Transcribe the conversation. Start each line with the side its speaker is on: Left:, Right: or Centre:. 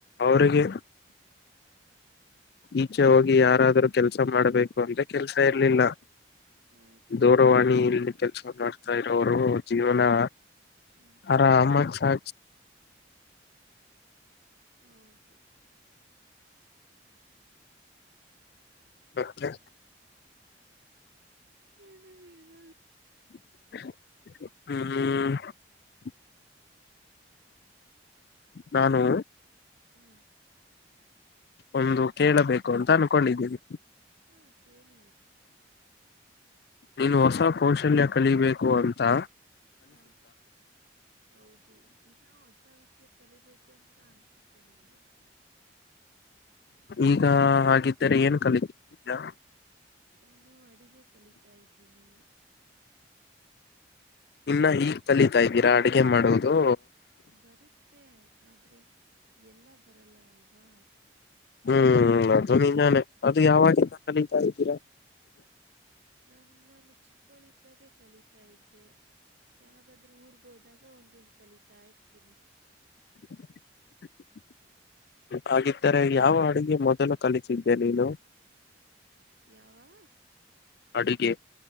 Left: ಅವರಿಗೆ, ಈಚೆ ಹೋಗಿ ಯಾರಾದ್ರೂ ಕೆಲ್ಸ ಮಾಡ್ಬೇಕು ಅಂದ್ರೆ ಕೆಲ್ಸ ಇರ್ಲಿಲ್ಲಾ
Right: ಹಾ
Left: ದೂರವಾಣಿ ಇಲ್ಲಿ ಕೆಲಸ ಮಾಡ್ತಾ ಇರೋವರು ಜೀವನಾ
Right: ಹ್ಮ್
Left: ಆರಾಮ ಸಾ
Right: ಹೌದು
Left: ಮತ್ತೆ
Right: <unintelligible>
Left: ಹ್ಮ ನಾನು
Right: ಹ್ಮ್
Left: ಒಂದು ಕೇಳಬೇಕು ಅಂತ ಅನ್ಕೊಂಡಿದ್ದೀನೀ
Right: ಹಾ ಕೇಳಿ
Left: ನೀನು ಹೊಸ ಕೌಶಲ್ಯ ಕಲಿಬೇಕು ಅಂತಾ
Right: ಹಾ ಹೌದು ದಿನ ಅಷ್ಟ ಹೊಸ ವಿಷಯ ಕಲಿಬೇಕು ಅಂತ ಅನ್ಸುತ್ತೆ ನಂಗೆ.
Left: ಈಗ ಹಾಗಿದ್ದರೆ ಏನ್ ಕಲಿತ ಈಗಾ
Right: ನಾನು ಅಡಿಗೆ ಕಲಿತಾ ಇದ್ದೀನಿ
Left: ಇನ್ನ ಈಗ್ ಕಲೀತಾ ಇದ್ದೀರಾ ಅಡಗೆ ಮಾಡೊದು
Right: ಬರುತ್ತೆ ಆದ್ರೆ ಎಲ್ಲಾ ಬರಲ್ಲ ಅಲ್ವಾ
Left: ಹ್ಮ್ ಅದು ನಿಜಾನೆ ಅದು ಯಾವಾಗಿಂದ ಕಲಿತಾ ಇದ್ದೀರಾ
Right: ನಾನ್ನುನ್ ಚಿಕ್ಕಳಿದ್ದಾಗೆ ಕಲೀತಾ ಇದ್ದೆ. ಯಾವಾಗಾದ್ರೂ ಊರ್ಗ ಹೋದಾಗ ಒಂದೊಂದ್ ಕಲಿತಾ ಇರ್ತೀನಿ
Left: <unintelligible> ಹಾಗಿದ್ದರೆ ಯಾವ ಅಡುಗೆ ಮೊದಲು ಕಲಿತ್ತಿದ್ದೆ ನೀನು
Right: ಯಾವ
Left: ಅಡಿಗೆ